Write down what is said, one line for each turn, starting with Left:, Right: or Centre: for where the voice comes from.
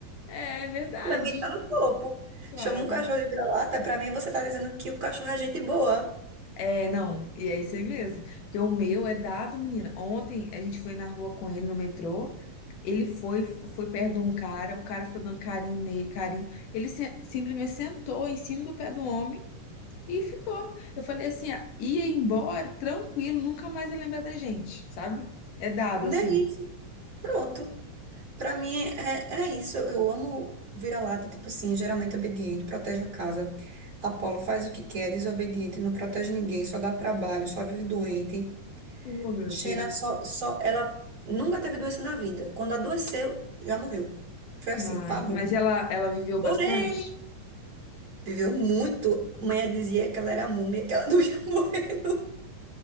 Left: É é verdade.
Right: Pra mim tá no topo.
Left: Claro.
Right: Chama um cachorro de vira-lata, pra mim você tá dizendo que o cachorro é gente boa.
Left: É, não, e é isso aí mesmo. Porque o meu é dado, menina. Ontem a gente foi na rua com ele no metrô. Ele foi, foi perto de um cara, o cara foi dando carinho nele, carinho. Ele se- simplesmente sentou em cima do pé do homem e ficou. Eu falei assim, ah, ia embora, tranquilo, nunca mais ia lembrar da gente, sabe? É dado
Right: Não
Left: assim.
Right: é isso. Pronto. Pra mim é, é isso. Eu amo vira-lata, tipo assim, geralmente obediente, protege a casa. Apolo faz o que quer, desobediente, não protege ninguém, só dá trabalho, só vive doente.
Left: Oh, meu
Right: Xena
Left: Deus.
Right: só, só, ela nunca teve doença na vida. Quando adoeceu, já morreu. Foi assim,
Left: Ai,
Right: pabu.
Left: mas ela, ela viveu bastante?
Right: Porém, viveu muito. Mãe dizia que ela era múmia, que ela <laughs> não ia morrer. Não.